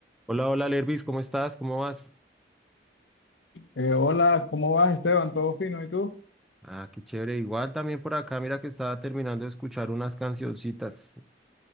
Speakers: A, in the centre; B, on the left (about 90°).
A: Hola, hola, Lervis, ¿cómo estás? ¿Cómo vas?
B: Eh, hola, ¿cómo vas, Esteban? ¿Todo fino? ¿Y tú?
A: Ah, qué chévere. Igual también por acá, mira que estaba terminando de escuchar unas cancioncitas.